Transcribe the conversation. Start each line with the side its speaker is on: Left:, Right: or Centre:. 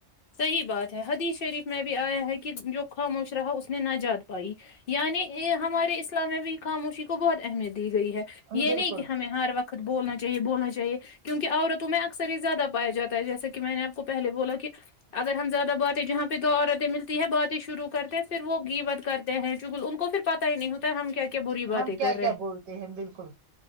Left: صحیح بات ہے حدیث شریف میں بھی آیا ہے کہ جو خاموش رہا اس نے نہ جاات پائی یعنی ہمارے اسلام میں بھی خاموشی کو بہت اہمیت دی گئی ہے یہ
Right: بالکل
Left: نہیں کہ ہمیں ہر وقت بولنا چاہیے بولنا چاہیے کیونک عورتوں میں اکثر ہی زیادہ پایا جاتا ہے جیسے کہ میں نے آپ کو پہلے بولا کہ اگر ہم زیادہ باتیں جہاں پہ دو عورتیں ملتی ہے باتیں شروع کرتے ہیں پھر وہ گی وت کرتے ہیں جگل ان کو پھر پتہ ہی نہیں ہوتا ہے ہم کیا کیا بری باتیں
Right: ہم
Left: کر
Right: کیا کیا بولتے ہیں بالکل